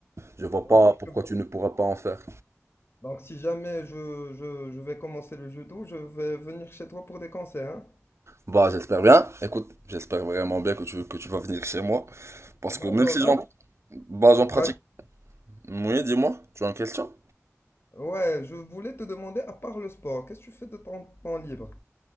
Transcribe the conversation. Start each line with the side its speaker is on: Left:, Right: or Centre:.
Right: je vois
Left: Ok,
Right: pas pourquoi
Left: je vois.
Right: tu ne pourrais pas en faire.
Left: Donc, si jamais je, je, je vais commencer le judo, je vais venir chez toi pour des conseils, hein?
Right: Bah, j'espère bien. Écoute, j'espère vraiment bien que tu, que tu vas venir chez moi. Parce
Left: D'accord.
Right: que même si j'en,
Left: hein.
Right: bah, j'en pratique.
Left: Vas-y.
Right: Oui, dis-moi, tu as une question?
Left: Ouais, je voulais te demander, à part le sport, qu'est-ce que tu fais de ton temps libre?